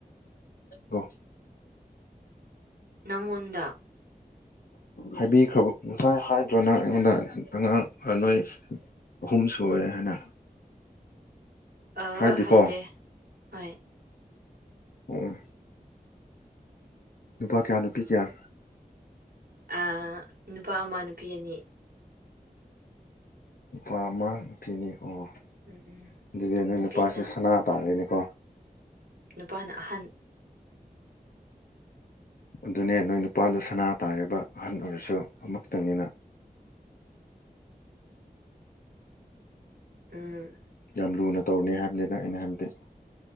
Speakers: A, on the left; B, on the right.
A: ꯑꯣ
B: ꯅꯪꯉꯣꯟꯗ
A: ꯍꯥꯏꯕꯤꯈ꯭ꯔꯕ ꯉꯁꯥꯏ ꯍꯥꯏꯗ꯭ꯔꯣ ꯅꯪ ꯑꯩꯉꯣꯟꯗ ꯑꯉꯥꯡ ꯅꯣꯏ ꯑꯍꯨꯝ ꯁꯨꯋꯦ ꯍꯥꯏꯅ
B: ꯑꯥ
A: ꯍꯥꯏꯗꯤꯀꯣ
B: ꯍꯥꯏꯗꯦ ꯍꯣꯏ
A: ꯎꯝ ꯅꯨꯄꯥ ꯀꯌꯥ ꯅꯨꯄꯤ ꯀꯌꯥ
B: ꯑ ꯅꯨꯄꯥ ꯑꯃ ꯅꯨꯄꯤ ꯑꯅꯤ
A: ꯅꯨꯄꯥ ꯑꯃ ꯅꯨꯄꯤ ꯑꯅꯤ ꯑꯣ
B: ꯎꯝ
A: ꯗꯨꯗꯤ ꯅꯣꯏ
B: ꯅꯨꯄꯤꯅ
A: ꯅꯨꯄꯥꯁꯦ ꯁꯅꯥ ꯇꯥꯔꯦꯅꯦꯀꯣ
B: ꯅꯨꯄꯥꯅ ꯑꯍꯟ
A: ꯑꯗꯨꯅꯦ ꯅꯣꯏ ꯅꯨꯄꯥꯗꯨ ꯁꯅꯥ ꯇꯥꯔꯤꯕ ꯑꯍꯟ ꯑꯣꯏꯔꯁꯨ ꯑꯃꯛꯇꯪꯅꯤꯅ
B: ꯎꯝ
A: ꯌꯥꯝ ꯂꯨꯅ ꯇꯧꯔꯅꯤ ꯍꯥꯏꯕꯅꯤꯗ ꯑꯩꯅ ꯍꯥꯏꯕꯗꯤ